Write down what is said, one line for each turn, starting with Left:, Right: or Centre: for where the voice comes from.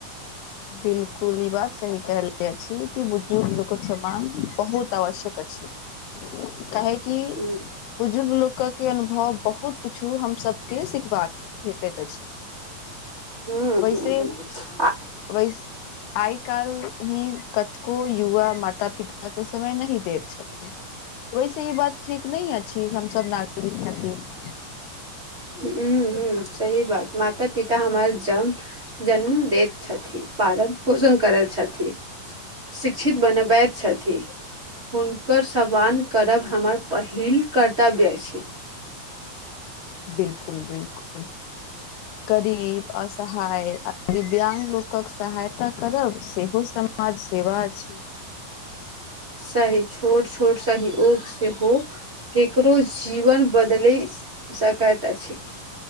Left: बिलकुल ई बात सही कहले अछि, कि बुजुर्ग लोकक सम्मान बहुत आवश्यक अछि। काहे कि
Right: ह
Left: बुजुर्ग लोक कऽ के अनुभव बहुत किछो हमसभकेँ सिखबाक भेटैत अछि। <inaudible>
Right: हूँ-
Left: वैसे
Right: हूँ -हूँ आ-
Left: वैस आइ काल्हि ही कतको युवा माता पिता के समय नहि दैत छथि। ओहिस ई बात ठीक नहि अछि हमसब नागरिक खातिर।
Right: हूँ-हूँ सही बात माता पिता हमार जन जन्म देत। छथि पालन पोषण करै छथि शिक्षित बनबैत छथि। हुनकर सम्मान करब हमर पहिल कर्तव्य छी।
Left: बिल्कुल-बिल्कुल। गरीब असहाय आ दिव्यांग लोकक सहायता करब सेहो सम। समाज सेवा अछि।
Right: सही छुट छुट सहि ओक सेहो। केकरो जीवन बदलि सकायत अछि।